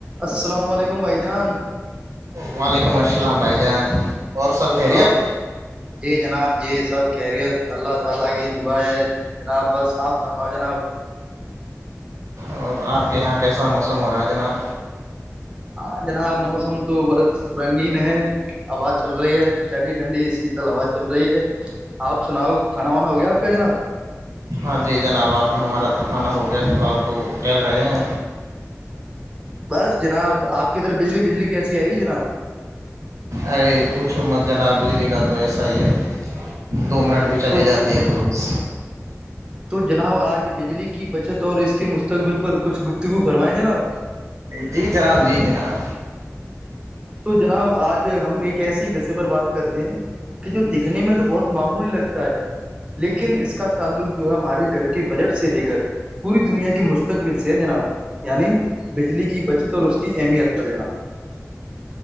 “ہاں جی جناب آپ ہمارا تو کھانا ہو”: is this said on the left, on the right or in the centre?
Right